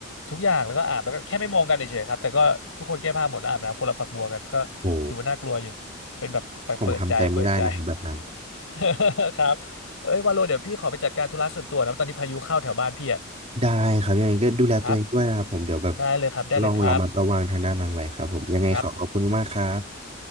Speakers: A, on the left; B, on the right.
A: ทุกอย่างแล้วก็อาบแล้วก็แค่ไม่มองกันเฉยๆครับแต่ก็ทุกคนแก้ผ้าหมดแล้วอาบน้ำคนละฝักบัวกันก็ถือว่าน่ากลัวอยู่เป็นแบบไปเปิดใจเปิดใจ
B: โหผมทำใจไม่ได้นะครับแบบนั้น
A: <laughs> ครับเอ้ยวาโลเดี๋ยวพี่ขอไปจัดการธุระส่วนตัวนะตอนนี้พายุเข้าแถวบ้านพี่อ่ะ
B: ได้ครับยังไงก็ดูแลตัวเองด้วยนะครับผมเดี๋ยวแบบ
A: ครับได้เลยครับได้เลยครับ
B: ลองระมัดระวังทางด้านนั้นไว้ครับผมยังไงขอขอบคุณมากครับ
A: ครับ